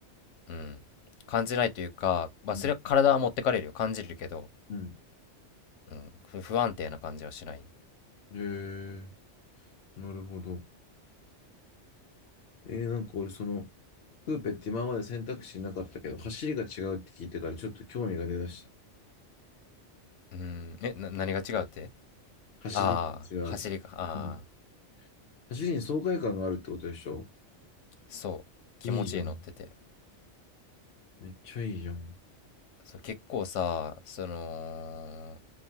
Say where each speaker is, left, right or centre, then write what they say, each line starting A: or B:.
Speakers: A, on the left; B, on the left.
A: うん感じないというか、まあ、
B: うん。
A: それは体は持ってかれるよ感じるけど、
B: うん。
A: うん、ふ不安定な感じはしない
B: へえ、なるほど。えー、なんか俺その、クーペって今まで選択肢なかったけど、走りが違うって聞いてからちょっと興味が出だした。
A: うんえな何が違うって
B: 走りが違う。
A: ああ走りかああ
B: うん。走りに爽快感があるってことでしょ
A: そう気持ちいい乗ってて
B: いいじゃん。めっちゃいいじゃん。
A: そう結構さその